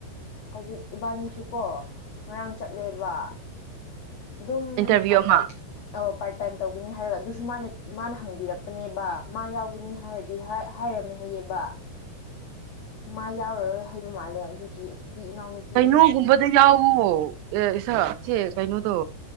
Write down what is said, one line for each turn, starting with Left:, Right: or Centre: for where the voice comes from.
Left: ꯍꯧꯖꯤꯛ ꯏꯕꯥꯅꯤꯁꯨꯀꯣ ꯉꯔꯥꯡ ꯆꯠꯂꯦꯕ ꯑꯗꯨꯝ
Right: ꯏꯟꯇꯔꯚꯤꯌꯨ
Left: ꯄꯇ
Right: ꯑꯃ
Left: ꯑꯣ ꯇꯥꯏꯝ ꯇꯧꯒꯅꯤ ꯍꯥꯏꯔꯒ ꯑꯗꯨꯁꯨ ꯃꯥꯅ ꯃꯥꯅ ꯍꯪꯕꯤꯔꯛꯄꯅꯦꯕ ꯃꯥ ꯌꯥꯎꯒꯅꯤ ꯍꯥꯏꯔꯗꯤ ꯍꯥꯏꯔꯝꯃꯦ ꯍꯥꯏꯌꯦꯌꯦꯕ ꯃꯥ ꯌꯥꯎꯔꯔꯣꯏ ꯍꯥꯏꯕ ꯃꯥꯜꯂꯦ ꯑꯗꯨꯒꯤ ꯑꯗꯨꯗꯤ ꯏꯅꯥꯎꯅꯨꯄꯤ
Right: ꯀꯩꯅꯣꯒꯨꯝꯕꯗ
Left: ꯑꯅꯤ ꯑꯣꯏꯅꯤ
Right: ꯌꯥꯎꯋꯣ ꯑꯦ ꯏꯁ ꯁꯤ ꯀꯩꯅꯣꯗꯣ